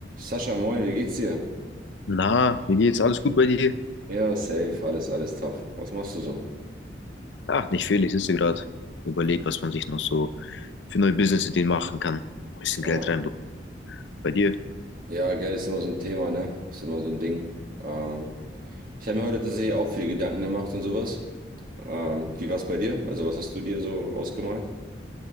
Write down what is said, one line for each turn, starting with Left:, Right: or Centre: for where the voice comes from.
Right: Sascha, moin, wie geht's dir?
Left: Na, wie geht's? Alles gut bei dir?
Right: Ja, safe, alles, alles top. Was machst du so?
Left: Ach, nicht viel. Ich sitze gerade, überleg, was man sich noch so für neue Business-Ideen machen kann. Ein bisschen
Right: Ah.
Left: Geld reinbekommen. Bei dir?
Right: Ja, Geld ist immer so ein Thema, ne? Ist immer so ein Ding. Ähm, ich habe mir heute tatsächlich auch viele Gedanken gemacht und sowas. Ähm, wie war's bei dir? Also, was hast du dir so ausgemalt?